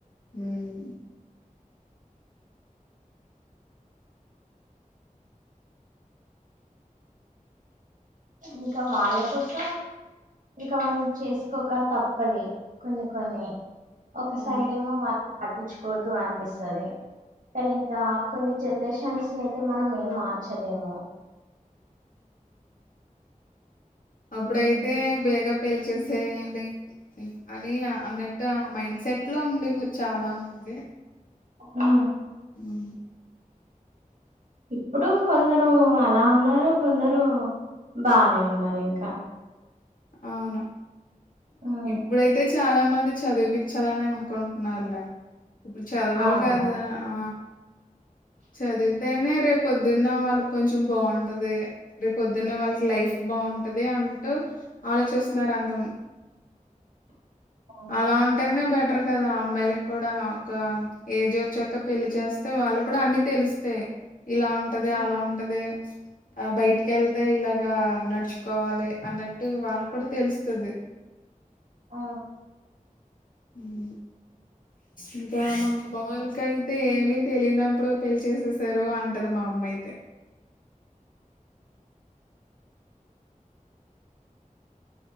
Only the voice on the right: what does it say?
ఇంకా వాళ్ళ కోస ఇక మనం చేసుకోక తప్పది కొన్ని కొన్ని ఒక సైడ్
ఏమో వాళ్ళని పట్టించుకోద్దు అనిపిస్తది కానీ ఇంకా కొన్ని జన్ జనరేషన్స్ ని అయితే మనం ఏం మార్చలేము
ఉమ్
హ్
ఇప్పుడు కొందరు అలా ఉన్నారు కొందరు బానే ఉన్నారు ఇంకా
ఉమ్.
అవును
అవును
ఉమ్.
ఆ